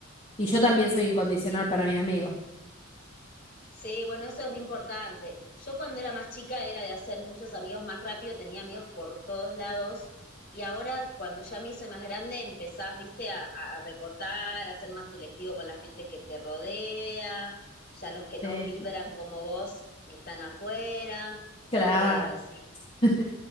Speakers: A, on the left (about 30°); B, on the left (about 50°).
A: Y yo también soy incondicional
B: Sí.
A: para mis amigos.
B: Sí, bueno, eso es re importante. Yo cuando era más chica era de hacer muchos amigos más rápido, tenía amigos por todos lados. Y ahora, cuando ya me hice más grande, empezás, viste, a, a recortar, a ser más selectivo con la gente que te rodea. Ya los que no
A: Este,
B: vibran como vos están afuera.
A: claro.
B: Eh, sí,
A: <laughs>